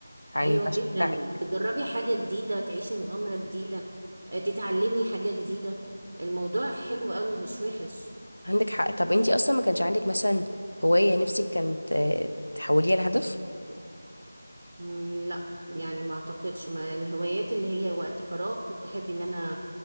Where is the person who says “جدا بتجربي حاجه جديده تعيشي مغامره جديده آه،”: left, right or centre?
Right